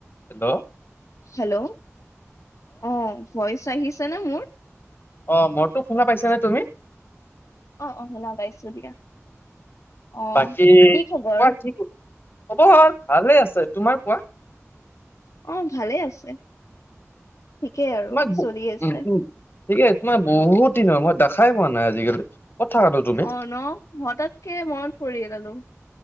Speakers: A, on the left; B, on the left.
A: Hello
B: hello অ' voice আহিছে নে মোৰ।
A: অ' মোৰটো শুনা পাইছানে তুমি?
B: অ' অল বাইছো দিয়া অ
A: বাকী কোৱা
B: কি খবৰ
A: কোৱা কি খবৰ ভালে আছে তোমাৰ কোৱা।
B: অ' ভালেই আছে, ঠিকেই আৰু
A: তোমাক ব-
B: চলি আছে।
A: উম উম ঠিকে তো মই বহুত দিননৰ হয় মই দেখাই পোৱা নাই আজিকালি ক'ত থাকানো তুমি
B: অ ন হঠাৎকে মনত পৰিেলানো